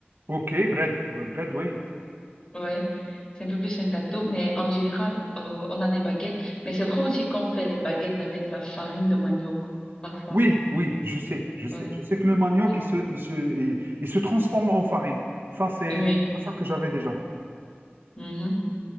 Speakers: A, on the right (about 65°); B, on the left (about 25°).
A: OK, bread. Euh, Bread, oui.
B: Ouais, c'est un peu plus un gâteau, mais en général, euh, on a des baguettes. Mais c'est vrai aussi qu'on fait les baguettes avec la farine de manioc, parfois.
A: Oui, oui, je sais, je sais.
B: Ouais.
A: Je sais que le manioc,
B: Mm.
A: il se, il se, il, il se transforme en farine. Ça, c'est
B: Oui,
A: une information que j'avais déjà.
B: Mhm.